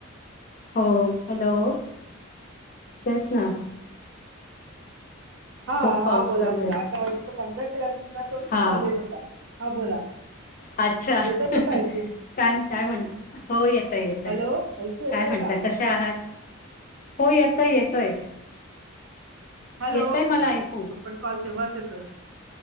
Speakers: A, on the left; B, on the right.
A: हो हॅलो तेच ना.
B: हा
A: खूप पाऊस
B: हा बोला
A: चालू
B: बोला
A: आहे
B: आता तो बंद केला तीनदा तोच
A: हा
B: कॉल येत होता. हा बोला.
A: अच्छा
B: येतोय
A: काय
B: का ऐकू
A: काय म्हणत. हो येतय येतय.
B: हॅलो ऐकू येतय
A: काय म्हणता?
B: का
A: कशा आहात? हो येतोय येतोय.
B: हॅलो.
A: येतोय मला ऐकू
B: तो पण कॉल तेव्हाचयतोय.